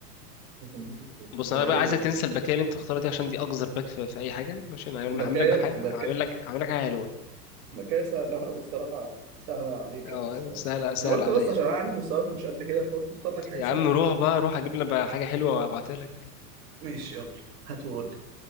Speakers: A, on the right; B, on the left.
A: <laughs>
B: بص
A: ده
B: انا بقى
A: هريج
B: عايزك
A: والله
B: تنسى الباكيه اللي انت مختارها دي عشان دي اقذر باك في, في اي حاجه ماشي انا هعمل
A: بكايا
B: هعمل لك بحاجه هعمل
A: بكايا
B: لك هعمل لك حاجه حلوه
A: بكايا سهله الصراحه سهله عليك
B: اه
A: قوي الصراحه
B: سهل سهل
A: انا قلت
B: عليا
A: بس عشان
B: فاهم
A: عارف مستواك مش قد كده فقلت اختار لك حاجه
B: يا
A: سهله
B: عم روح بقى روح اجيب لنا بقى حاجه حلوه وابعتها لك
A: ماشي يلا هات وقول لي.